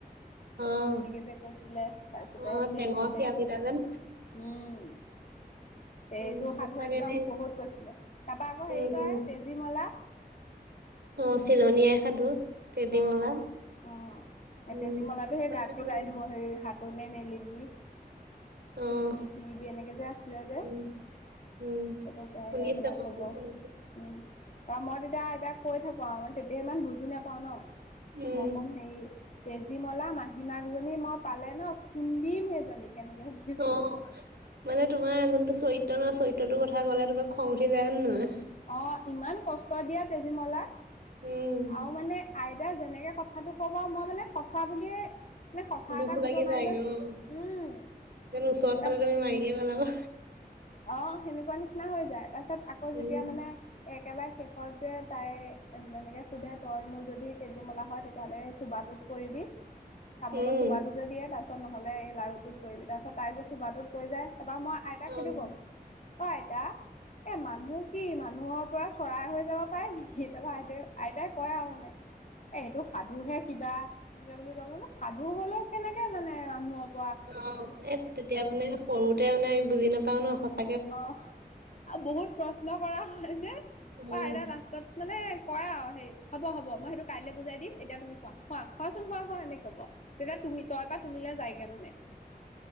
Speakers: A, on the right (about 80°); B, on the left (about 50°).
A: অ',
B: এনেকে যে কৈছিলে, তাৰছতে
A: অ',
B: সেইটো
A: টেঙৰ
B: মতেই,
A: শিয়ালিটা যেন।
B: উম।
A: উম,
B: এইেটো
A: সঁচাকে
B: সাধু একদম
A: দেই।
B: বহুত কৈছিলে। তাৰপা আকৌ
A: উম,
B: হেৰি কয়
A: উম,
B: তেজীমলা লা
A: অ', চিলনী আই সাধু। তেজীমলা।
B: অ', অ',
A: উম,
B: এ তেজীমলাতো
A: সঁচাকে
B: সেই গানতটো
A: দেই।
B: গাই দিব সেই হাত কোনে‌ মেলিবি,
A: অ',
B: ফুলো নিচিঙিবা, এনেকে যে আছিলে যে।
A: উম, উম।
B: এইটো গাই,
A: শুনিছো
B: গাই পেলাই
A: আকৌ
B: কব,
A: ময়ো শুনিছো।
B: উম তই মই তেতিয়া আইতাক কৈ থাকো আও, মানে তেতিয়া ইমান বুজি নাপাওঁ ন
A: উম,
B: মই কও হেৰি তেজীমলা মাহী মাকজনী মই পালে ন খুন্দিম সেইজনী, তেনেকে বুলি
A: অ',
B: কও।
A: মানে তোমাৰ যোনটো চৰিত্ৰ নহ, চৰিত্ৰটোৰ কথা ক'লে তোমাক খং উঠি যায় হে নহয়?
B: অ', ইমান কষ্ট দিয়ে তেজীমলাক।
A: উম,
B: আৰু মানে আইতাৰ যেনেকে কথাটো কব মই মানে সঁচা বুলিয়ে মানে সঁচা
A: দুখ
B: এটা ঘটনা
A: লাগি যায়
B: যেন
A: অ',
B: উম
A: যেন ওচৰ
B: তাৰ
A: পালে তুমি মাৰিয়ে পেলাবা।
B: অ', সেনেকুৱা নিচিনা হৈ যায়। তাৰ পিছত আকৌ
A: উম।
B: যেতিয়া মানে একেবাৰে শেষত যে তাই যেনেকৈ সোধে তই মোৰ যদি তেজীমলা হয় তেতিয়াহ'লে চোবা টোত পৰিবি। তামোলৰ
A: উম।
B: চুবাটো যে দিয়ে তাৰপিছত নহ'লে এই লাৰুটোত পৰি তাৰপিছত তাই যে চুবাটোত পৰি যায়। তাৰপৰা মই আইতাক
A: অ',
B: সেইটো কম, অ আইতা, এ মানুহ কি মানুহৰ পৰা চৰাই হৈ যাব পাৰে নেকি? তাপা আইতাই-আইতাই কয় আৰু মানে এ এইটো সাধুহে। কিবা বুলি কব ন সাধু হ'লেও কেনেকে মানে মানুহক
A: অ', এ তেতিয়া মানে সৰুতে মানে আমি বুজি নাপাওঁ ন সচ
B: অ', আও বহুত প্ৰশ্ন কৰা হয় যে,
A: উম,
B: পাই না লাষ্টতত মানে কয় আও হে, হ'ব হ'ব মই সেইটো কাইলৈ বুজাই দিম এতিয়া তুমি শুৱা। শুৱা, শুৱাচোন শুৱা শুৱা, এনেকে কব তেতিয়া তুমি তই পৰা তুমিলে যায়গে মানে।